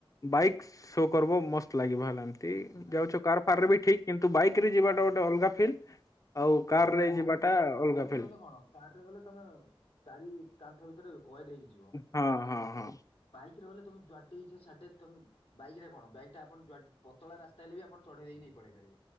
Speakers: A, on the left; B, on the left.
A: ବାଇକ୍ ଶୋ କରିବ ମସ୍ତ ଲାଗିବ ହେଲା। ଏ
B: ବାଇକ୍
A: ଯାଉଛ
B: କରିବେ
A: କାର ଫାର
B: କି
A: ରେ
B: ଆଉ।
A: ବି ଠିକ କିନ୍ତୁ ବାଇକ ରେ ଯିବାଟା ଗୋଟେ ଅଲଗା ଫିଲ୍ ଆଉ
B: ହଁ
A: କାର ରେ
B: କାର୍
A: ଯିବାଟା ଅଲଗା
B: କାରରେ
A: ଫିଲ୍।
B: ଗଲେ କଣ କାରରେ ଗଲେ ତମେ ଚାରି କାନ୍ଥ ଭିତରେ କଏଦ ହେଇକି ଯିବ।
A: ହଁ ହଁ ହଁ
B: ବାଇକ ରେ ଗଲେ ତମେ ଜୁାଆଡେ ଇଚ୍ଛା ସିଆଡେ ତମେ ବାଇକ୍ ଟା କଣ ବାଇକ୍ ଟା ଆପଣ ଜୁଆ ପତଳା ରାସ୍ତା ହେଲେ ବି ଆପଣ ଚଢେଇ ଦେଇକି ନେଇ ପଳେଇ ପାରିବେ।